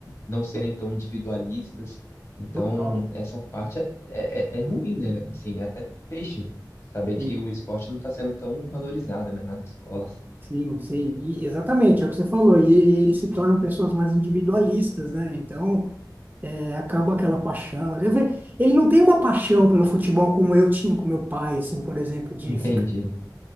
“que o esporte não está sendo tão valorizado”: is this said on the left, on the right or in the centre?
Left